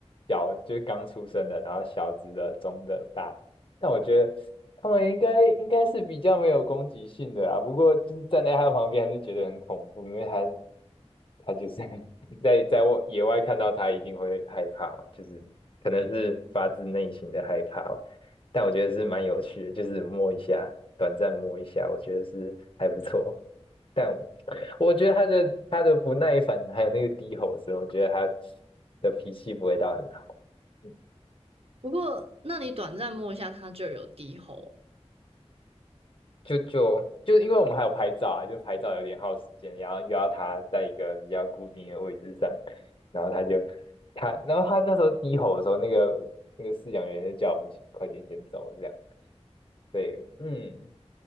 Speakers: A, on the left; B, on the right.
A: 小，就是刚出生的，然后小只的、中的、大的但我觉得他们应该应该是比较没有攻击性的啦，不过就是站在他旁边还是觉得很恐怖，因为他他就是 <laughs> 在在外野外看到他一定会害怕嘛，就是可能是发自内心的害怕吧。但我觉得是蛮有趣的，就是摸一下，短暂摸一下，我觉得是还不错。但我我觉得他的他的不耐烦还有那个低吼声，我觉得他的脾气不会到很好。嗯
B: 不过，那你短暂摸一下它就有低吼。
A: 就就就是因为我们还有拍照啊，就拍照有点耗时间，然后又要他在一个比较固定的位置上，然后他就他，然后他那时候低吼的时候，那个那个饲养员就叫我们快点先走这样，对，嗯，